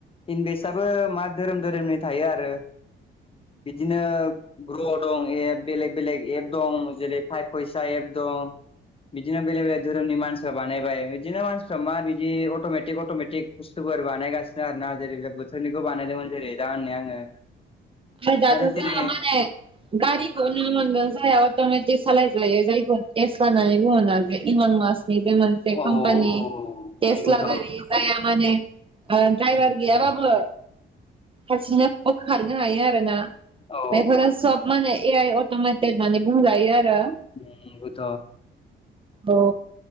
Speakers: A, on the left; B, on the right.
A: इनभेस्टआबो मा धोरोम धोरोमनि थायो आरो। बिदिनो ग्रथ दं एप बेलेग बेलेग एप दं जेरै पाइभ फैसा एप दं। बिदिनो बेलेग बेलेग धोरोमनि मानसिफ्रा बानायबाय बिदिनो मानसिफ्रा मा बिदि अट'मेटिक अट'मेटिक बुस्थु फोर बानायगासिनो आरो ना जेरै बोथोरनिखौ बानायदोंमोन जेरै दा होनै आङो
B: आ जाथ
A: आरो
B: ज
A: जेरै
B: मान गारिखौ न मोनांगोन ज त म सालायजायो जायखौ टेस्ट लानानै बुङोन जे इमन मासनि जे मोनसे
A: ओ औ
B: कम्पानि
A: औ
B: टेस्ला
A: नंगौथ'
B: गारि जाया माने द्रायभार
A: उम,
B: गैयाबाबो हारसिनो खारनो हायो आरोोना
A: औ
B: बेफोरो सब माने ए अथ म मनानै बुंजायो आरो
A: नंगौथ
B: औ